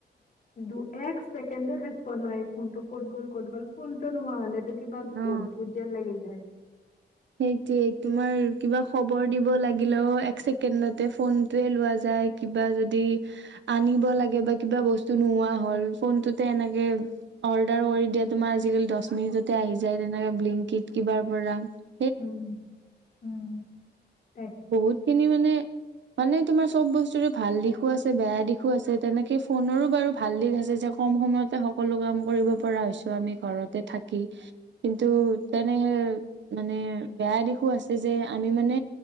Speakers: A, on the left (about 45°); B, on the right (about 85°).
A: দু এক ছেকেণ্ডও থাকিব নোৱাৰি ফোনটো । ক'ত গ'ল ক'ত গ'ল ফোনটো নোহোৱা হলে টো কিবা
B: অ
A: অদ্ভুত যেন লাগি যায় ।
B: সেইটোৱে তোমাৰ কিবা । খবৰ দিব লাগিলেও এক ছেকেণ্ডতে ফোনটোৱে লোৱা যায় কিবা যদি আনিব লাগে বা কিবা বস্তু নোহোৱা হল ফোনটোতে এনেকে অৰ্ডাৰ কৰি দিয়া তোমাৰ আজিকালি দহ মিনিটতে আহি যায় তেনেকা ব্লিংকিত কিবাৰ পৰা ।
A: উম উম ।
B: বহুত খিনি মানে । মানে তোমাৰ চব বস্তুৰে ভাল দিশো আছে বেয়া দিশো আছে তেনেকে ফোনৰো বাৰু ভাল দিশ আছে যে কম সময়তে সকলো কাম কৰিব পৰা হৈছো আমি ঘৰতে থাকি কিন্তু তেনে মানে বেয়া দিশো আছে যে আমি মানে